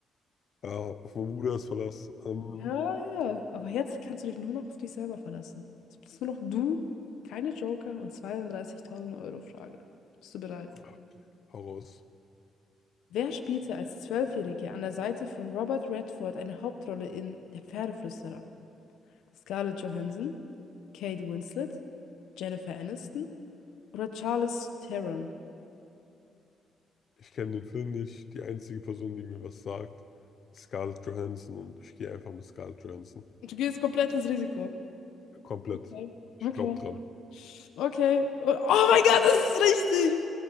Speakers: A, on the left; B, on the left.
A: Ja, auf meinen Bruder ist Verlass. Ähm,
B: Ja, ja. Aber jetzt kannst du dich nur noch auf dich selber verlassen. Jetzt bist nur noch du, keine Joker und 32.000 Euro Frage. Bist du bereit?
A: ja, hau raus.
B: Wer spielte als Zwölfjährige an der Seite von Robert Redford eine Hauptrolle in Der Pferdeflüsterer? Scarlett Johansson, Kate Winslet, Jennifer Aniston oder Charlize Theron?
A: Ich kenne den Film nicht. Die einzige Person, die mir was sagt, ist Scarlett Johansson und ich gehe einfach mit Scarlett Johansson.
B: Du gehst komplett ins Risiko.
A: Komplett.
B: Okay.
A: Ich
B: Okay.
A: glaube dran.
B: Okay. Oh oh mein Gott, das ist richtig.